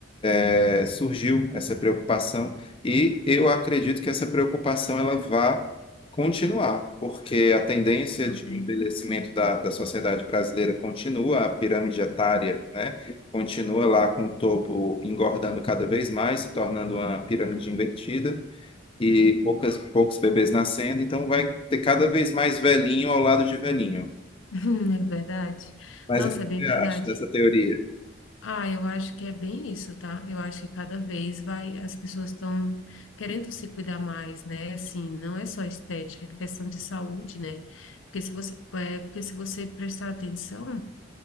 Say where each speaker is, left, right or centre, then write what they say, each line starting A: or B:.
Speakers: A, on the left (about 30°); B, on the left (about 80°).
A: é, surgiu essa preocupação e eu acredito que essa preocupação ela vá continuar, porque a tendência
B: também.
A: de envelhecimento da, da sociedade brasileira continua, a pirâmide etária,
B: Uhum.
A: né, continua lá
B: Sim,
A: com o topo engordando cada vez mais, se tornando uma pirâmide
B: verdade.
A: invertida e
B: Uhum.
A: poucas, poucos bebês nascendo, então vai ter cada vez mais velhinho ao lado de velhinho.
B: <laughs> É verdade.
A: Mas
B: Nossa,
A: o que
B: é bem
A: você
B: verdade.
A: acha dessa teoria?
B: Ah, eu acho que é bem isso, tá? Eu acho que cada vez vai, as pessoas estão querendo se cuidar mais, né? Assim, não é só estética, é questão de saúde, né? Porque se você, é, porque se você prestar atenção,